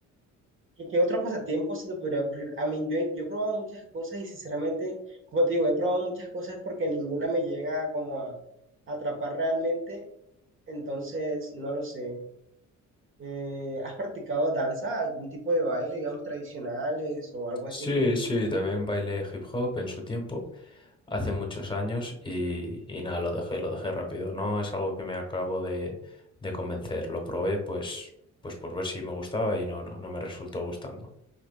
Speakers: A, on the right; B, on the left.
A: ¿qué, qué otro pasatiempo se te podría ocurrir? A mí, yo, he- yo he probado muchas cosas y sinceramente, como te digo, he probado muchas cosas porque ninguna me llega como a, a atrapar realmente, entonces, no lo sé. Eh, ¿has practicado danza, algún tipo de baile, digamos, tradicionales o algo
B: Sí,
A: así?
B: sí, también bailé hip hop en su tiempo, hace muchos años, y, y nada, lo dejé, lo dejé rápido. No es algo que me acabo de, de convencer. Lo probé pues, pues por ver si me gustaba y no, no, no me resultó gustando.